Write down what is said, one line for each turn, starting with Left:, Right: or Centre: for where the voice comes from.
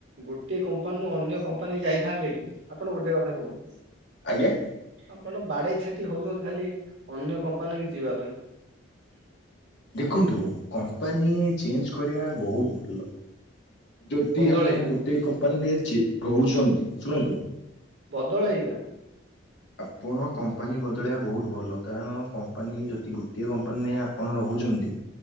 Right: ଗୋଟିଏ କମ୍ପାନୀରୁୁ ଅନ୍ୟ କମ୍ପାନୀକି ଯାଇଥାନ୍ତେ ଉ ଆପଣ ଗୋଟେ କଥା କୁହନ୍ତୁ
Left: ଆଜ୍ଞା?
Right: ଆପଣ ବାଡ଼େଇ ଛାଟି ହଉଚନ୍ତି ଖାଲି ଅନ୍ୟ କମ୍ପାନୀକି ଯିବା ପାଇଁ।
Left: ଦେଖନ୍ତୁ କମ୍ପାନୀ ଚେଞ୍ଚ୍ କରିଆ ବହୁତ ଭଲ। ଯଦି
Right: ବଦଳେଇବା
Left: ଆପଣ ଗୋଟେ କମ୍ପାନୀରେ ଯେ ରହୁଚନ୍ତି ଶୁଣନ୍ତୁ
Right: ବଦଳେଇବା।
Left: ଆପଣ କମ୍ପାନୀ ବଦଳେଇଆ ବହୁତ ଭଲ କାରଣ କମ୍ପାନୀ ଯତି ଗୋଟିଏ କମ୍ପାନୀରେ ଆପଣ ର ଉଚନ୍ତି